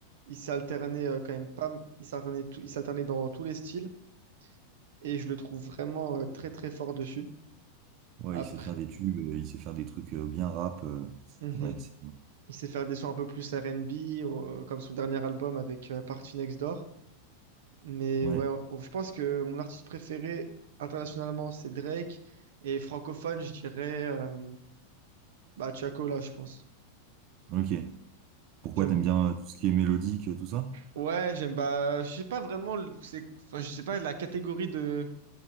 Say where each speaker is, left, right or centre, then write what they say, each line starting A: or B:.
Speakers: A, on the right; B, on the right.
A: Il s'est alterné euh, quand même pas, m- il s'alternait tout, il s'alternait dans tous les styles et je le trouve vraiment euh, très très fort dessus.
B: Ouais,
A: Après,
B: il sait faire des tubes, euh, il sait faire des trucs euh, bien rap. euh, C'est
A: Mhm.
B: vrai que c'est.
A: il sait faire des sons un peu plus R&B euh, comme son dernier album avec euh, Party Next Door. Mais
B: Ouais,
A: ouais, on- on- je pense que mon artiste préféré internationalement c'est Drake et francophone je dirais euh, bah Tiako là je pense.
B: ok. Pourquoi
A: J'aime,
B: t'aimes bien euh, tout ce qui est mélodique, euh, tout ça?
A: ouais j'aime bah je sais pas vraiment le- c'est, enfin, je sais pas la catégorie de